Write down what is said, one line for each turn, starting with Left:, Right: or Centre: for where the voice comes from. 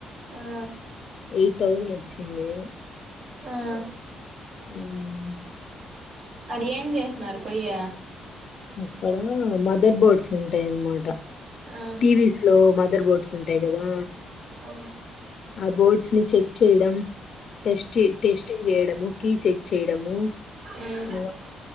Right: ఆ
Left: ఎయిట్ థౌసండ్ వచ్చింది.
Right: ఆహ్
Left: ఎం తెల్వదు
Right: అది ఏం చేసన్నారు పొయ్య
Left: అక్కడ ఆ మదర్ బోర్డ్స్ ఉంటాయన్నమాట
Right: ఆ
Left: టీవి స్లో మ అందర్ బోర్డ్స్ ఉంటాయి కదా
Right: ఆ
Left: ఆ బోర్డ్స్ ని చెక్ చేయడం టెస్టి టెస్టింగ్ చేయడము కి చెక్ చేయడము
Right: మ్మ్
Left: అఓ